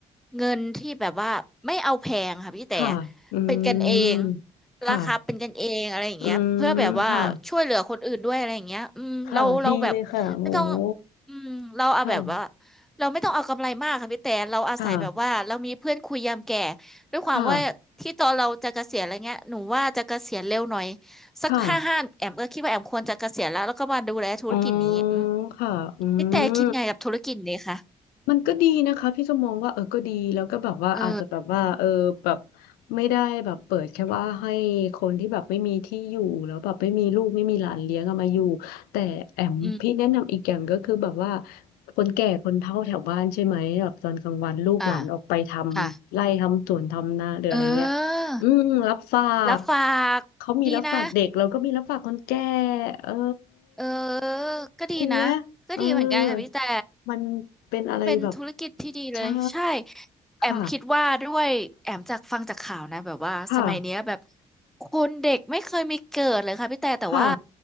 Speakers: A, in the centre; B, on the left.
A: เงินที่แบบว่าไม่เอาแพงค่ะพี่แต่
B: ค่ะอืม
A: เป็นกันเอง
B: ค่ะ
A: ราคาเป็นกันเองอะไรอย่างเงี้ยเพื่อแบบว่าช่วยเหลือคนอื่นด้วยอะไรอย่างเงี้ยอืมเราเราแบบไม่ต้อง
B: อืม ค่ะ ค่ะ ดีเลยค่ะโอ้โห
A: อืมเราเอาแบบว่า
B: ค่ะ
A: เราไม่ต้องเอากำไรมากค่ะพี่แต่เราอาศัยแบบว่าเรามีเพื่อนคุยยามแก่
B: ค่ะ
A: ด้วยความว่าที่ตอนเราจะเกษียณอะไรเงี้ยหนูว่าจะเกษียณเร็วหน่อย
B: ค่ะ
A: สักห้าห้าแอมก็คิดว่าแอมควรจะเกษียณแล้วแล้วก็มาดูแลธุรกิจนี้อืม
B: ค่ะอ๋อค่ะ อืม
A: พี่แต่คิดไงกับธุรกิจนี้คะ
B: มันก็ดีนะคะพี่ก็มองว่าเออก็ดีแล้วก็แบบว่าอาจจะแบบว่าเออแบบ
A: เออ
B: ไม่ได้แบบเปิดแค่ว่าให้คนที่แบบไม่มีที่อยู่แล้วแบบไม่มีลูกไม่มีหลานเลี้ยงเอามาอยู่แต่แอมพี่แนะนำอีกอย่างก็คือแบบว่า
A: อืม
B: คนแก่คนเฒ่าแถวบ้านใช่ไหมแบบตอนกลางวันลูกหลานออกไปทำไร่ทำสวนทำนาหรืออะไรเงี้ย
A: อ่าค่ะเออ
B: อืมรับฝาก
A: รับฝากดีนะ
B: เขามีรับฝากเด็กเราก็มีรับฝากคนแก่เออ
A: เออก็ดีนะ
B: จริงไหม
A: ก็ดีเหมือนกันค่ะพี่แต่
B: เออมันเป็นอะไรแบบ
A: เป็นธุรกิจที่ดีเลยใช่
B: ใช่
A: แอมคิดว่าด้วยแอมจากฟังจากข่าวนะแบบว่าสมัยเนี้ยแบบ
B: ค่ะค่ะ
A: คนเด็กไม่เคยมีเกิดเลยค่ะพี่แต่แต่ว่า
B: ค่ะ